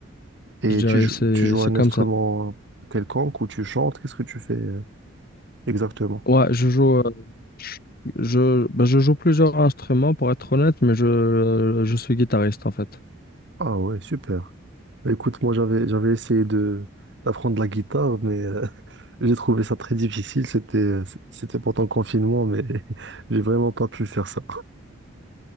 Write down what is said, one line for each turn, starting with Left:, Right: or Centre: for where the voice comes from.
Right: Et
Left: Je dirais,
Right: tu joues,
Left: c'est,
Right: tu joues
Left: c'est
Right: un
Left: comme
Right: instrument
Left: ça.
Right: quelconque ou tu chantes, qu'est-ce que tu fais euh, exactement?
Left: Ouais, je joue, euh, je, je, ben, je joue plusieurs instruments pour être honnête, mais je, je suis guitariste en fait.
Right: Ah ouais, super. Bah, Écoute, moi j'avais j'avais essayé de d'apprendre la guitare, mais euh, <laughs> j'ai trouvé ça très difficile. C'était euh, c'était pendant le confinement, mais <laughs> j'ai vraiment pas pu faire ça.